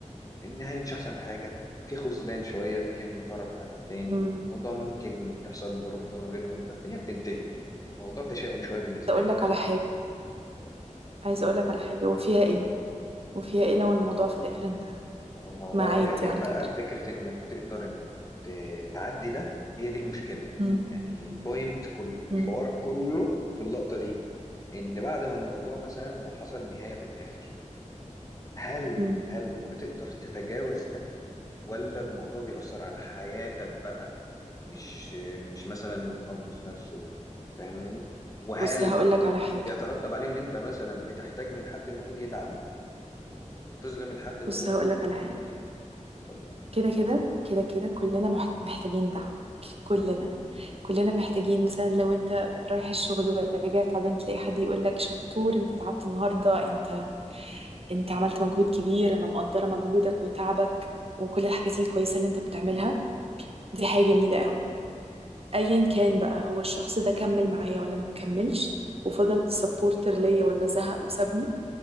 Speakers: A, on the left (about 25°); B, on the right (about 50°).
A: النهاية مش احسن حاجة في خذلان شوية بيجي من طرف عن التاني
B: امم
A: موضوع ممكن يحصل ضرب ما بينهم فالدنيا بتنتهي موضوع تشاؤم شوية بالنسبة
B: اقول
A: لي
B: لك على حاجة
A: اتفضل
B: عايزة اقول لك على حاجة وفيها ايه وفيها ايه لو الموضوع في الاخر انتهى
A: ما هو الموضوع
B: ما عادي
A: في الاخر
B: على
A: بقى
B: فكرة
A: فكرة انك تقدر انك ت- تعدي ده هي دي المشكلة
B: مم.
A: يعني البوينت كل
B: مم.
A: الحوار كله في اللقطة دي ان بعد ما الموضوع مثلا لو حصل نهاية في الاخر هل
B: مم.
A: هل بتقدر تتجاوز ده ولا الموضوع بيأثر على حياتك بقى مش مش مثلا الموقف نفسه فاهماني وهل
B: بص هقول لك على حاجة
A: بيترتب عليه ان انت مثلا بتحتاج من حد انه يجي يدعمك وتظلم الحد ده
B: بص
A: برضه
B: هقول لك على حاجة
A: ولا ايه اتفضل
B: كده كده كده كده كلنا مح- محتاجين دعم ك- كلنا كلنا محتاجين مثلا لو انت رايح الشغل وراجع تعبان تلاقي حد يقول لك شطور انت تعبت النهاردة انت انت عملت مجهود كبير انا مقدرة مجهودك وتعبك وكل الحاجات الكويسة اللي انت بتعملها دي حاجة جميلة قوي ايا كان بقى هو الشخص ده كمل معايا ولا ما كملش وفضل سبورتر ليا ولا زهق وسابني